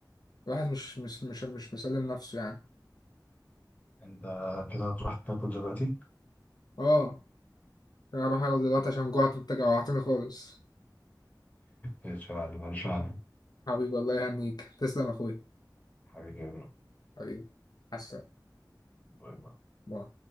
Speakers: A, on the left; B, on the left.
A: الواحد مش مش مش مش مسلم نفسه يعني
B: أنت كده هتروح تاكل دلوقتي
A: اه أنا هروح اقعد دلوقتي عشان جوعت وانت جوعتني خالص
B: إن شاء الله إن شاء الله
A: حبيبي والله يهنيك تسلم يا اخويا
B: حبيبي يا برو
A: حبيبي مع السلامة
B: باي باي
A: باي.